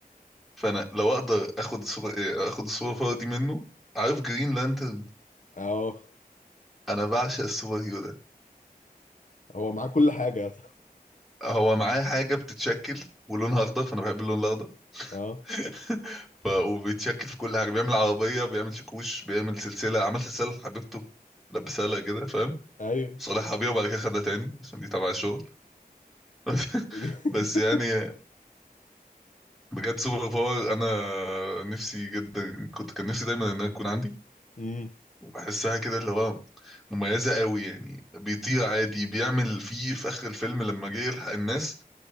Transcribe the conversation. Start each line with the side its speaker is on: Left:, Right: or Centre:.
Centre: فانا لو اقدر اخد السوبر إيه، اخد السوبر باور دي منه عارف جرين لانترن
Left: اه
Centre: انا بعشق السوبر هيرو ده
Left: هو معاه كل حاجة
Centre: هو معاه حاجه بتتشكل ولونها اخضر فانا بحب اللون الاخضر
Left: <laughs> اه
Centre: <laughs> ف... وبيتشكل في كل حاجه بيعمل عربيه بيعمل شاكوش بيعمل سلسله عمل سلسله لحبيبته لبسها لها كده فاهم
Left: ايوه
Centre: صالحها بيها وبعد كده خدها تاني عشان دي تبع الشغل <laughs>
Left: <laughs>
Centre: بس يعني بجد سوبر باور انا نفسي جدا كنت كان نفسي دايما انها تكون عندي
Left: امم
Centre: وبحسها كده اللي هو مميزه قوي يعني بيطير عادي بيعمل فيه في اخر الفيلم لما جه يلحق الناس